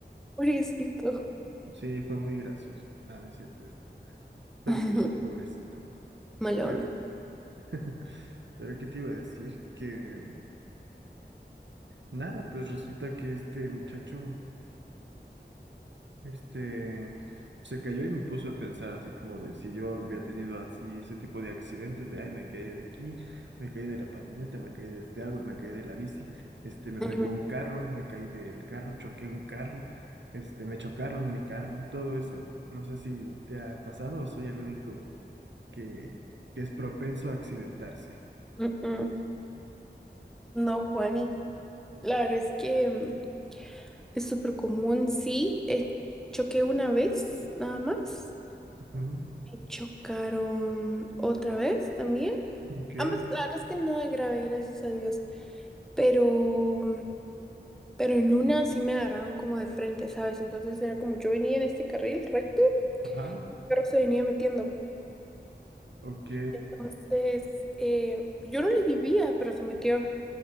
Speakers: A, in the centre; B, on the right.
A: Pobrecito.
B: Sí, fue muy gracioso. Nada, no es cierto. Fue
A: <laughs>
B: triste, pobrecito.
A: Mala
B: Pero,
A: onda.
B: <laughs> pero ¿qué te iba a decir? Que nada, pues resulta que este muchacho, este, se cayó y me puso a pensar así como de si yo había tenido así ese tipo de accidentes de, ay, me caí de aquí, me caí de la patineta, me caí de este árbol, me caí de la bici, este, me
A: Ujú,
B: pegó un carro, me caí del carro, choqué un carro, este, me chocaron mi carro, todo eso. No sé si te ha pasado o soy el único que, que es propenso a accidentarse.
A: mm, mm. No, Juani. La verdad es que mm, Es súper común, sí. eh, choqué una vez, nada más.
B: Ujú,
A: Me chocaron otra vez también.
B: ok,
A: Ambas, la verdad es que nada grave, gracias a Dios. Pero, pero en una sí me agarraron como de frente, ¿sabes? Entonces era como yo venía en este carril recto,
B: ajá,
A: pero se venía metiendo.
B: ok.
A: Entonces, eh, yo no le vivía, pero se metió.